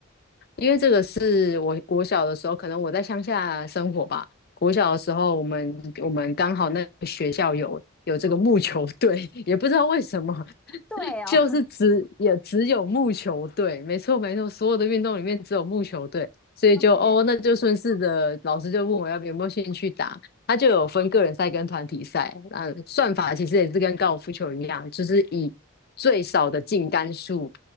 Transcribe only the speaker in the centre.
对哦
<laughs>，OK，